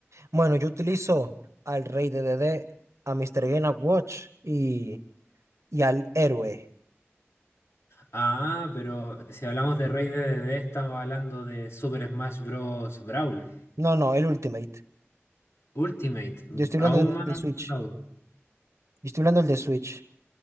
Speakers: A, on the right; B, on the left.
A: Bueno, yo utilizo al Rey de D D a Mr. Game and Watch y, y al héroe.
B: Ah, pero si hablamos de Rey D, D D, estamos hablando de Super Smash Bros. Brawl.
A: No, no, el Ultimate.
B: Ultimate. mm,
A: Yo estoy
B: Aún
A: hablando del
B: más
A: de
B: avanzado.
A: Switch. Yo estoy hablando del de Switch.